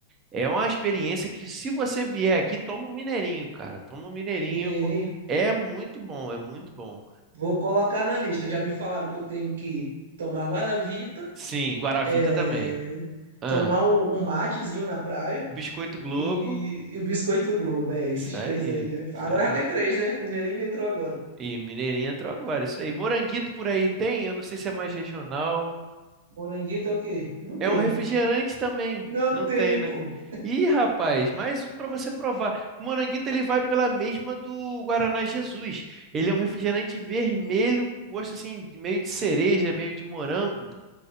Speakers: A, on the right; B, on the right.
A: é uma experiência que se você vier aqui, toma um mineirinho, cara. Toma um mineirinho
B: mineirinho,
A: porque é muito bom, é muito bom.
B: vou colocar na lista. Já me falaram que eu tenho que tomar Guaravita,
A: Sim, Guaravita
B: é,
A: também. Ah,
B: tomar o- um matezinho na praia
A: Biscoito Globo.
B: e, e o Biscoito Globo. É, esses
A: Isso aí,
B: três aí.
A: isso
B: Agora
A: aí.
B: já tem três, né? Mineirinho entrou agora.
A: E Mineirinho entrou agora, isso aí. Moranguito por aí tem? Eu não sei se é mais regional.
B: Moranguito é o quê? Não
A: É
B: tem.
A: um refrigerante também.
B: Não
A: Não
B: tem,
A: tem, né?
B: pô.
A: Ih, rapaz, mais um para você provar. O Moranguito ele vai pela mesma do Guaraná Jesus. Ele é um refrigerante vermelho com gosto assim, de- meio de cereja, meio de morango.